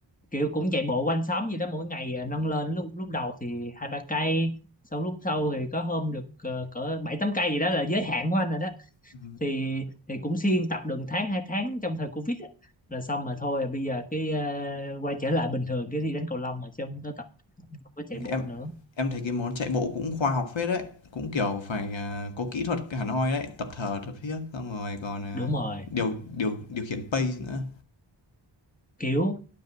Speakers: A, on the left; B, on the left.
A: kiểu cũng chạy bộ quanh xóm gì đó mỗi ngày à, nâng lên lúc lúc đầu thì hai ba cây sau lúc sau thì có hôm được ờ, cỡ bảy tám cây gì đó là giới hạn của anh rồi đó
B: ừ,
A: thì thì cũng siêng tập được tháng hai tháng trong thời Covid á. Rồi xong mà thôi bây giờ cái ờ, quay trở lại bình thường cái thi đánh cầu lông mà chứ không có tập không có chạy bộ
B: Em
A: nữa
B: em thấy cái món chạy bộ cũng khoa học phết đấy, cũng kiểu phải à, có kỹ thuật hẳn hoi đấy, tập thở, tập thiết xong rồi còn à,
A: đúng rồi
B: điều điều điều khiển pace nữa.
A: kiểu